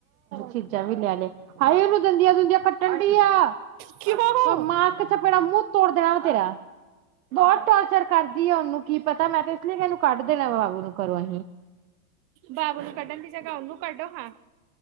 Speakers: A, on the right (about 75°); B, on the right (about 35°).
A: ਚੀਜ਼ਾਂ ਵੀ ਲੈ ਲੇ, ਹਾਏ! ਓਨੂੰ ਦੰਦੀਆਂ-ਦੁਦੀਆਂ ਕੱਟਣ ਡੀ ਆ।
B: ਕਿਉਂ
A: ਮਾਂ ਚਪੇਣਾ, ਮੂੰਹ ਤੋੜ ਦੇਣਾ ਵਾ ਤੇਰਾ, ਬਹੁਤ ਟਾਰਚਰ ਕਰਦੀ ਹੈ ਉਹਨੂੰ ਕੀ ਪਤਾ ਲਰ ਕਿ ਇਹਨੂੰ ਕੱਢ ਦੇਣਾ ਬਾਬੂ ਨੂੰ ਘਰੋ ਏਨੂ।
B: ਬਾਾਬੂ ਨੂੰ ਕਢਨ ਦੀ ਜਰਹ ਉਨ੍ਹ ਕਢੋ ਹਾਂ।